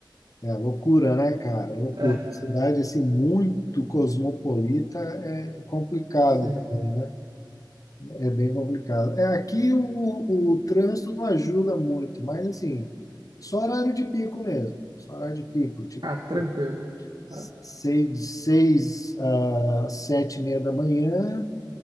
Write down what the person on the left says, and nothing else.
é loucura, né, cara? Loucura.
Cidade assim muito cosmopolita é complicado
também, né? É bem complicado. É, aqui o, o, o trânsito não ajuda muito, mas assim, só horário de pico mesmo. Só horário de pico, tipo,
seis,
de seis a sete e meia da manhã,